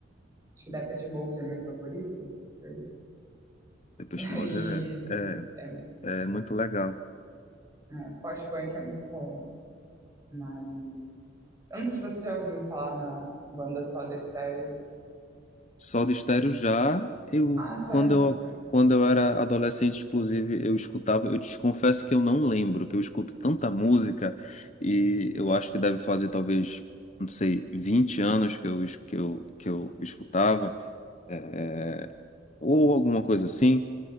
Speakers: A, on the right; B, on the left.
A: Acho que Depeche Mode é minha favorita, não sei.
B: Depeche
A: <laughs>
B: Mode
A: E
B: é, é,
A: é muito,
B: é muito legal.
A: né, pós-punk é muito bom. Mas eu não sei se você já ouviu falar na banda Soda Stereo.
B: Soda Stereo já, eu
A: Ah, sério?
B: quando eu quando eu era adolescente, inclusive, eu escutava, eu te confesso que eu não lembro, que eu escuto tanta música e eu acho que deve fazer talvez, não sei, 20 anos que eu es- que eu que eu escutava, é, ou alguma coisa assim,